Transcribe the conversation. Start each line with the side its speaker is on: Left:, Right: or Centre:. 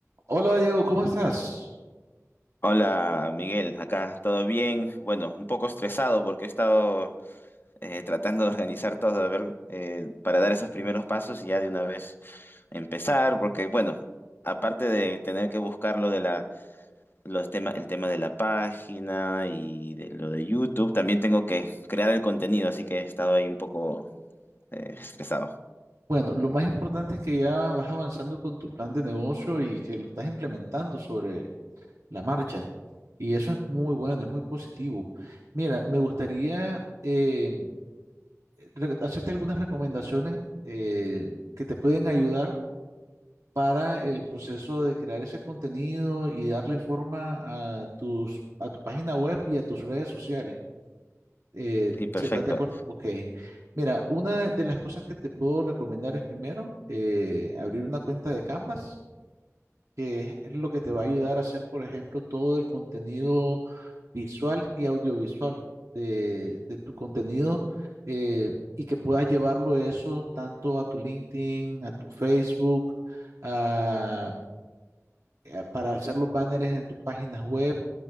Right: Hola Diego, ¿cómo estás?
Left: Hola Miguel, acá todo bien. Bueno, un poco estresado porque he estado eh, tratando de organizar todo, a ver, eh, para dar esos primeros pasos y ya de una vez empezar, porque bueno, aparte de tener que buscar lo de la, los tema, el tema de la página y de lo de YouTube, también tengo que crear el contenido, así que he estado ahí un poco eh, estresado.
Right: Bueno, lo más importante es que ya vas avanzando con tu plan de negocio y que lo estás implementando sobre la marcha. Y eso es muy bueno, es muy positivo. Mira, me gustaría eh, re- hacerte algunas recomendaciones eh, que te pueden ayudar para el proceso de crear ese contenido y darle forma a tus, a tu página web y a tus redes sociales. eh,
Left: Sí, perfecto.
Right: si estás de acuerdo, ok. Mira, una de las cosas que te puedo recomendar es primero eh, abrir una cuenta de Canvas, que es lo que te va a ayudar a hacer, por ejemplo, todo el contenido visual y audiovisual de, de tu contenido eh, y que puedas llevarlo eso tanto a tu LinkedIn, a tu Facebook, a- a- para hacer los banners en tus páginas web,